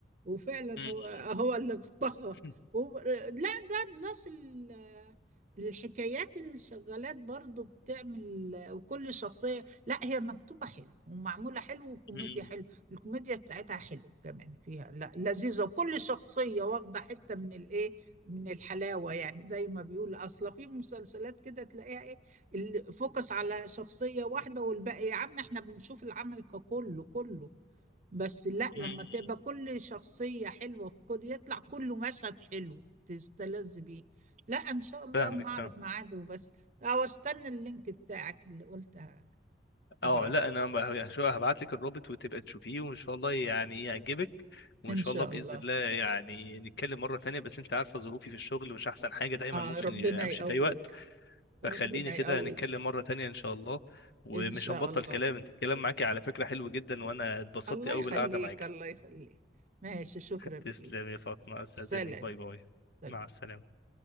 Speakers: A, on the right; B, on the left.
A: وفعلا
B: م-
A: هو هو اللي طغى
B: م-
A: و- لا ده بلس ال- الحكايات اللي شغالات برضو بتعمل وكل شخصية لا هي مكتوبة حلو ومعمولة حلو وكوميديا
B: م- م-
A: حلو الكوميديا بتاعتها حلو كمان فيها لا لذيذة وكل شخصية واخدة حتة من الايه من الحلاوة يعني زي ما بيقول أصلا في مسلسلات كده تلاقيها الفوكس على شخصية واحدة والباقي يا عم احنا بنشوف العمل ككله كله بس لا لما
B: م- م- م-
A: تبقى كل شخصية حلوة في كل يطلع كله مشهد حلو تستلذ بيه لا ان شاء الله
B: فاهمك
A: ما اعرف
B: فاهم
A: ميعاده بس او استنى اللينك بتاعك اللي قلت ابعت
B: اه لا انا ب- يعني شو- هبعت لك الرابط وتبقى تشوفيه وان شاء الله يعني يعجبك وان
A: ان
B: شاء
A: شاء
B: الله باذن
A: الله
B: الله يعني نتكلم مره تانية بس انت عارفه ظروفي في الشغل مش احسن حاجه دايما
A: آه
B: ممكن
A: ربنا
B: امشي
A: يقويك
B: في اي وقت فخليني
A: ربنا
B: كده
A: يقويك
B: نتكلم مره تانية ان شاء الله ومش
A: ان شاء
B: هنبطل
A: الله
B: كلام انت الكلام معاكي على فكره حلو جدا وانا اتبسطت
A: الله
B: قوي
A: يخليك
B: بالقعده معاكي
A: الله يخليك ماشي شكرا
B: تسلمي
A: فيك
B: يا فاطمه استاذنك
A: سلام
B: باي باي
A: سلام
B: مع السلامه